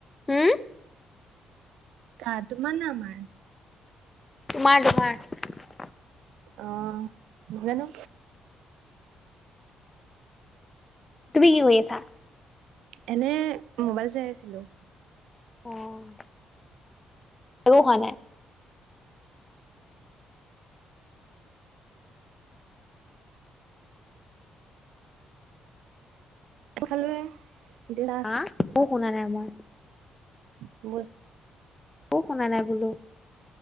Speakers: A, on the left (about 20°); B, on the right (about 85°).
A: হম।
B: কাৰ তোমাৰ না আমাৰ?
A: তোমাৰ, তোমাৰ।
B: অ', নাজানো।
A: তুমি কি কৰি আছা?
B: এনে মোবাইল চাই আছিলোঁ।
A: অ', একো হোৱা নাই।
B: ভালে। দিনা
A: হা একো শুনা নাই মই।
B: বহুজ
A: একো শুনা নাই বোলো।